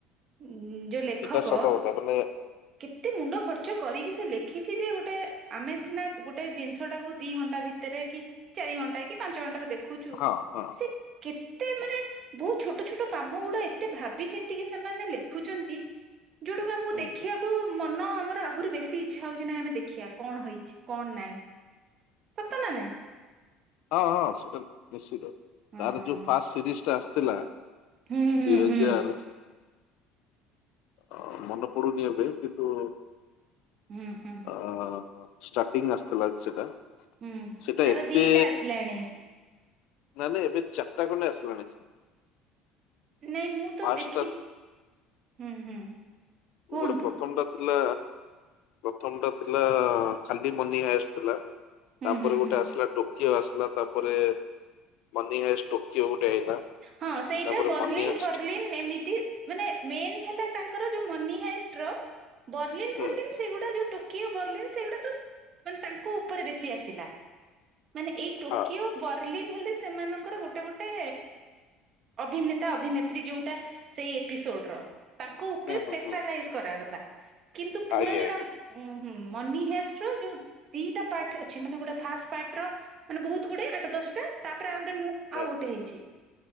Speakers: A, on the right; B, on the left.
A: ଉ ଯୋଉ ଲେଖକ
B: ଏଟା ସତ କଥା ମାନେ
A: କେତେ ମୁଣ୍ଡ ଖର୍ଚ୍ଚ କରିକି ସେ ଲେଖିଚି ଯେ ଗୋଟେ ଆମେ ସିନା ଗୋଟେ ଜିନିଷ ଟାକୁ ଦିଇ ଘଣ୍ଟା ଟା ଭିତରେ କି ଚାରି ଘଣ୍ଟା କି ପାଞ୍ଚ ଘଣ୍ଟାରେ ଦେଖୁଚୁ
B: ହଁ ହଁ
A: ସେ କେତ୍ ଏତେ ମାନେ ବୋହୁତ ଛୋଟ ଛୋଟ କାମ ଗୁଡା ଏତେ ଭାବିଚିନ୍ତି କି ସେମାନେ ଲେଖୁଚନ୍ତି ଯୋଉଟାକୁ ଆମକୁ
B: ହୁଁ
A: ଦେ ମନ ଆମର ଆହୁରି ବେଶି ଇଚ୍ଛା ହୋଉଚି ନାଇଁ ଆମେ ଦେଖିବା କଣ ହେଇଚି କଣ ନାଇଁ। ସତ ନା ନାଇଁ?
B: ହଁଁ ସେଟା ତ ନିଶ୍ଚିତ।
A: ହଁ
B: ତାର ଯୋଉ ଫାଷ୍ଟ ସିରିଜ ଟା ଆସିଥିଲା ଦୁଇ
A: ହୁଁ ହୁଁ
B: ହଜାର
A: ହୁଁ
B: ଆ ମନେ ପଡୁନି ଏବେ କିନ୍ତୁ
A: ଉଁ ହୁଁ।
B: ଅ ଷ୍ଟାର୍ଟିଂ ଆସିଥିଲା ସେଟା
A: ହୁଁ
B: ସେ-ସେଟା
A: ତାର
B: ଏତେ
A: ଦିଟା ଆସିଲାଣି
B: ତାହଲେ ଏବେ ଚାର୍ଟା ଖଣ୍ଡେ ଆସିଲାଣି।
A: ନାଇଁ ମୁଁ ତ
B: ଫାଷ୍ଟ
A: ଦେଖି
B: ଟା
A: ହୁଁ ହୁଁ। କୁହନ୍ତୁ
B: ଗୋଟେ ପ୍ରଥମ ଟା ଥ୍ ଥିଲା ପ୍ରଥମ ଟା ଥିଲା ଖାଲି ମନି ହାଏଷ୍ଟ ଥିଲା।
A: ହୁଁ
B: ତାପରେ
A: ହୁଁ
B: ଗୋଟେ
A: ହୁଁ
B: ଆସିଲା ଟୋ କିଓ ଆସିଲା ତାପରେ ମନି ହାଏଷ୍ଟ୍ ଟୋକିଓ ଗୋଟେ ଆଇଲା।
A: ହଁ ସେଇଟା
B: ତାପରେ
A: ବର୍ଲିନ
B: ମନି ହାଏଷ୍ଟ
A: ଫର୍ଲିନ ଏମିତି ମାନେ ମେନ୍ ହେଲା ତାଙ୍କର ଯୋଉ ମନିହାଇସ୍ ଷ୍ଟ୍ରଲ ବର୍ଲିନ
B: ହୁଁ
A: ଫର୍ଲିନ ସେଗୁଡା ଯୋଉ ଟୁକ କିଏ ବର୍ଲିନ୍ ସେଗୁଡା ତ ସ ମାନେ ତାଙ୍କ ଉପରେ ବେଶୀ ଆସିଲା। ମାନେ ଏଇ ଟୋକିଓ
B: ହଁ
A: ବର୍ଲିନ ହେଲେ ସେମାନଙ୍କର ଗୋଟେ ଗୋଟେ ଅଭିନେତା ଅଭିନେତ୍ରୀ ଯୋଉଟା ସେଇ ଏପିସୋଡ ର ତାଙ୍କ ଉପରେ
B: ହୁଁ ହୁଁ
A: ସ୍ପେଶାଲାଇଜ୍
B: ହୁଁ
A: କରାଗଲା। କିନ୍ତୁ ପୁରା
B: ଆଜ୍ଞା
A: ଯୋଉଟା
B: ଆଜ୍ଞା
A: ଉଁ ହୁଁ ମନି ହେଷ୍ଟର ଯୋଉ ଦିଟା ପାର୍ଟ ଅଛି ମାନେ ଗୋଟେ ଫାଷ୍ଟ ପାର୍ଟ ର ମାନେ ବହୁତ ଗୁଡେ ଆଠ ଦ ଷ୍ଟା ତାପରେ ଆଉ ଗୋଟେ ନୁ
B: ହୁଁ
A: ଆଉ ଗୋଟେ
B: ହୁଁ
A: ହେଇଚି।